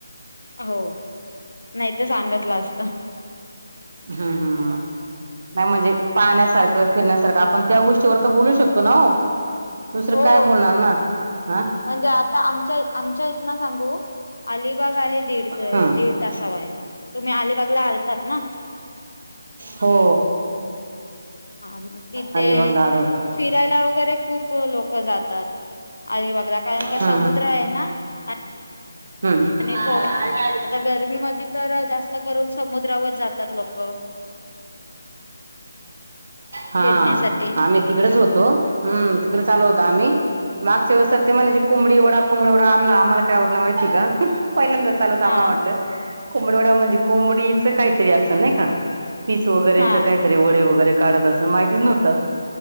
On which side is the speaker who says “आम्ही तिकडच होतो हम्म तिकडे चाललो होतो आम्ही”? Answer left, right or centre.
Right